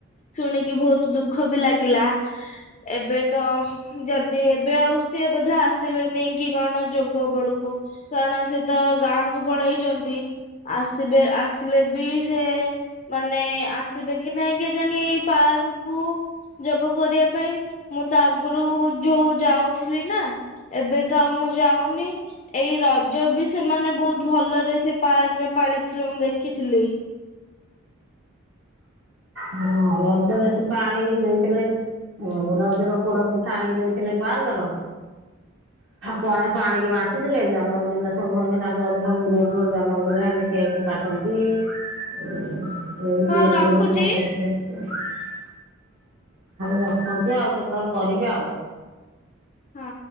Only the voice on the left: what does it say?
ଶୁଣିକି ବହୁତ ଦୁଃଖ ବି ଲାଗିଲା ଏବେ ତ ଯଦି ଏବେ ଆଉ ସିଏ ବୋଧେ ଆସିବେନି କି କଣ ଯୋଗ ବେଳକୁ କାରଣ ସେ ତ ଗାଁ କ ପଳେଇଛନ୍ତି ଆସିବେ ଆସିଲେ ବି ସେ ମାନେ ଆସିବେ କି ନାଇଁ କେଜାଣ ଏଇ ପାର୍କକୁୁ ଯୋଗ କରିବା ପାଇଁ ମୁଁ ତ ଆଗରୁ ଯୋଉ ଯାଉଥିଲି ନା ତଉ ମୁଁ ଯାଉନି ଏଇ ରଜ ବି ସେମାନେ ବହୁତ ଭଲରେ ସେ ପାର୍କରେ ପାଳିଥିଲେ ମୁଁ ଦେଖିଥିଲି।
ହଉ ରଖୁଛି
ହଁ।